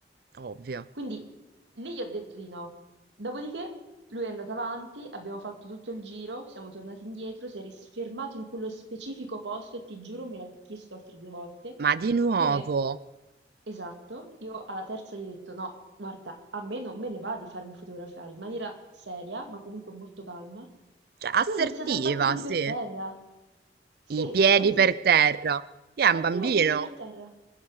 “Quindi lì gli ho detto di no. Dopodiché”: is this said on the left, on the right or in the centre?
Right